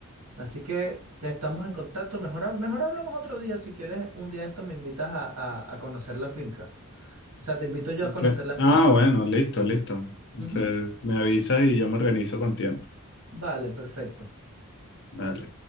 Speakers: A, on the right; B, on the left.
A: Así que te estamos en contacto. Mejor, ha- mejor hablamos otro día. Si quieres, un día de esto me invitas a, a- a conocer la finca. O sea, te invito yo a conocer
B: Ya.
A: la finca.
B: Ah, bueno, listo, listo.
A: Ujú.
B: Te- me avisas y yo me organizo con tiempo.
A: Vale, perfecto.
B: Dale.